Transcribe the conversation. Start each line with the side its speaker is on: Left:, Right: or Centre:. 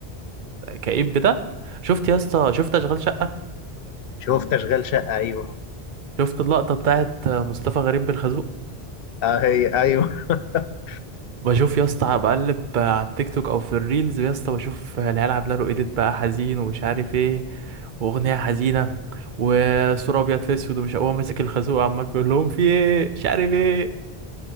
Right: كئيب ده شفت يا اسطى شفت اشغال شقة
Left: شفت اشغال شقه ايوه
Right: شفت اللقطة بتاعت مصطفى غريب بالخازوق
Left: اه هي ايوه <laughs>
Right: بشوف يا اسطى بقلب على التيك توك او في الريلز يا اسطى بشوف العيال عامله له ايديت بقى حزين ومش عارف ايه واغنيه حزينه وصوره ابيض في اسود ومش هو ماسك الخازوق عمال بيقول لهم في ايه مش عارف ايه